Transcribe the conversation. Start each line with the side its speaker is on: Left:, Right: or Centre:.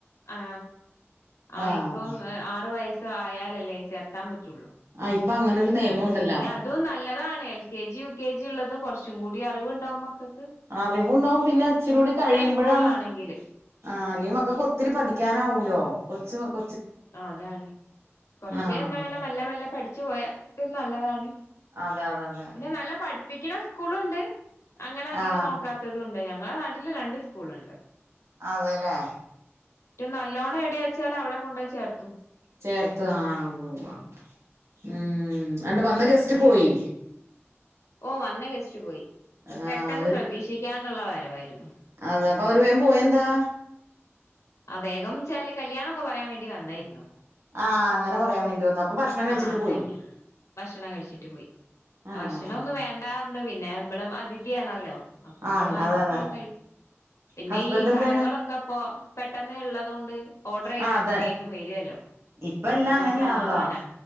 Left: ആ ആ
Right: ആഹ്
Left: ഇപ്പം ആറു വയസ് ആയാലല്ലേ ചേർത്താൻ പറ്റുള്ളൂ
Right: ആഹ് ഇപ്പൊ അങ്ങനൊരു നിയമം
Left: അതൊണ്ട്
Right: ഉണ്ടല്ലോ
Left: പിന്നെ അതും നല്ലതാണ് L K G U K G ഉള്ളത് കുറച്ചു കൂടി അറിവ്ണ്ടാവും മക്കള്ക്ക്
Right: അറിവുണ്ടാവും പിന്നെ ഇച്ചിരി കൂടി കഴിയുമ്പോഴാണ്
Left: സ്കൂളിലാണെങ്കില്
Right: ആ അല്ലേ മക്കക്ക് ഒത്തിരി പഠിക്കാനാവൂലോ കൊച്ച് മക
Left: ആ അതാണ് കൊറച്ച്
Right: ആഹ്
Left: പിന്നെ അങ്ങനെ മെല്ലെ മെല്ലെ പഠിച്ചു പോയ ഇത് നല്ലതാണ്
Right: അതെ അതെ അതെ
Left: പിന്നെ നല്ല പഠിപ്പിക്കണ സ്കൂളുണ്ട് അങ്ങനെ അധികം
Right: ആഹ്
Left: നോക്കാത്തത്ണ്ട് ഞങ്ങടെ നാട്ടില് രണ്ട് സ്കൂളുണ്ട്
Right: അതെല്ലേ
Left: നല്ലവണം എവിടെയാ വച്ചൽ അവിടെ കൊണ്ട്പോയി ചേർത്തു
Right: ചേർത്ത് ആ ഉവ് ഉവാ ഉം രണ്ട് വന്ന ഗസ്റ്റ്
Left: അങ്ങനെയൊക്കെയാണ്
Right: പോയി
Left: ഓ വന്ന ഗസ്റ്റ് പോയി അയ്
Right: ആഹ്
Left: പെട്ടെന്ന് പ്രതീക്ഷിക്കാണ്ടുള്ള വര വായിരുന്നു
Right: അത് അപ്പ അവര് വം പോയെ എന്താ
Left: ആ വേഗംന്ന്ച്ചാല് കല്യാണ ഒക്കെ പറയാൻ വേണ്ടി വന്നായിരുന്നു
Right: ആഹ് അങ്ങനെ പറയാൻ വേണ്ടി വന്നു അപ്പൊ ഭക്ഷണം കഴിച്ചിട്ട്
Left: ആ
Right: പോയി
Left: കല്യാ ഭക്ഷണം കഴിച്ചിട്ട് പോയി
Right: ആഹ്
Left: ഭക്ഷണം ഒന്നും വേണ്ടാ പർണു പിന്നെ നമ്മൾ അതിഥി ആണല്ലോ അപ്പം മ്മൾ
Right: ആഹ്
Left: വാങ്ങികൊട്
Right: അതെ അതെ
Left: കഴി പിന്നെ
Right: ഹസ്ബൻഡ്
Left: ഈ
Right: എന്താണ്
Left: കടകളൊക്കെ ഇപ്പൊ ത്തെന്നെ ഇള്ളതോണ്ട് ഓർഡർ ചെയ്താ
Right: ആഹ് അതെ
Left: അങ്ങ് വേഗം വെരൊല്ലോ
Right: ഇപ്പ എല്ലാം
Left: അതൊരു
Right: അങ്ങനെയാണല്ലോ
Left: സമാധാനാ